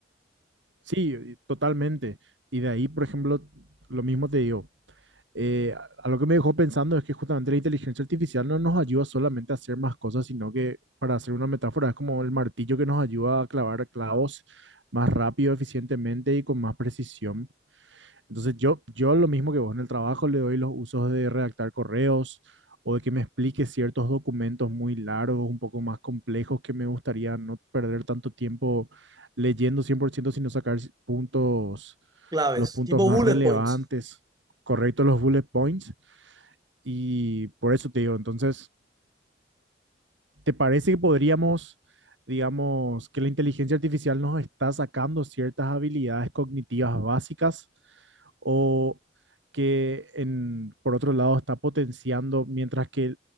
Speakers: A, on the right; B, on the right.
A: Sí, y- totalmente. Y de ahí, por ejemplo, lo mismo te digo. eh, a a lo que me dejó pensando es que justamente la inteligencia artificial no nos ayuda solamente a hacer más cosas, sino que, para hacer una metáfora, es como el martillo que nos ayuda a clavar clavos más rápido, eficientemente y con más precisión. Entonces yo, yo lo mismo que vos en el trabajo le doy los usos de redactar correos o de que me explique ciertos documentos muy largos, un poco más complejos, que me gustaría no perder tanto tiempo leyendo cien por ciento sino sacar s- puntos,
B: claves,
A: los puntos
B: tipo
A: más
B: bullet
A: relevantes,
B: points.
A: correctos los bullet points. Y por eso te digo, entonces ¿Te parece que podríamos, digamos, que la inteligencia artificial nos está sacando ciertas habilidades cognitivas básicas o que en, por otro lado está potenciando, mientras que